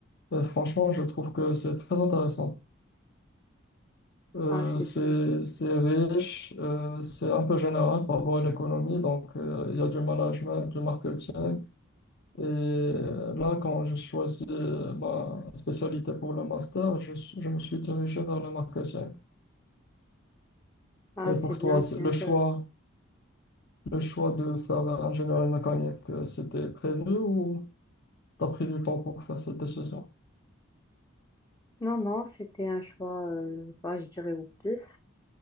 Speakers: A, on the left; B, on the left.
A: Euh, franchement, je trouve que c'est très intéressant. Euh,
B: Ah, c'est
A: c'est,
B: bien.
A: c'est riche, euh, c'est un peu général par rapport à l'économie, donc euh, il y a du management, du marketing. Et euh, là, quand j'ai choisi euh, ma spécialité pour le master, je, suis- je me suis dirigé vers le marketing.
B: Ah,
A: Et pour
B: c'est bien,
A: toi, c'est-
B: c'est
A: le
B: intéressant.
A: choix, le choix de faire ingénierie mécanique, euh, c'était prévu ou t'as pris du temps pour faire cette décision?
B: Non, non, c'était un choix, euh, bah, je dirais au pif.